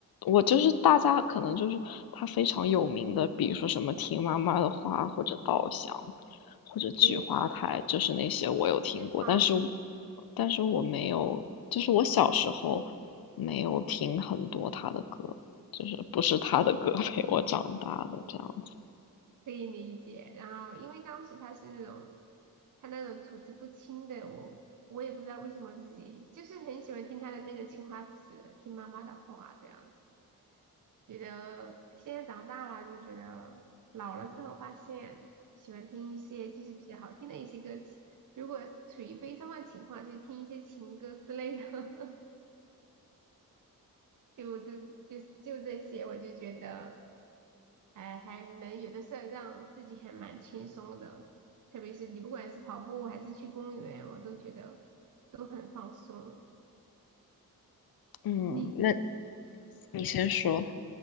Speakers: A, on the left; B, on the right.
A: 我就是大家可能就是它非常有名的，比如说什么听妈妈的话，或者稻香，或者菊花台，
B: 对，
A: 就是那些我有听过，
B: 他。
A: 但是但是我没有，就是我小时候没有听很多他的歌，就是不是他的歌 <laughs> 陪我长大的这样子。
B: 可以理解。然后因为当时他是那种他那种吐字不清的，我我也不知道为什么自己就是很喜欢听他的那个青花瓷，听妈妈的话这样子。觉得现在长大了就觉得老了之后发现喜欢听一些就是比较好听的一些歌曲，如果处于悲伤的情况，就听一些情歌之类的。<laughs> 就这就就这些，我就觉得，哎，还能有的事儿让自己还蛮轻松的，特别是你不管是跑步还是去公园，我都觉得都很放松。
A: 嗯，
B: 你
A: 那你先说，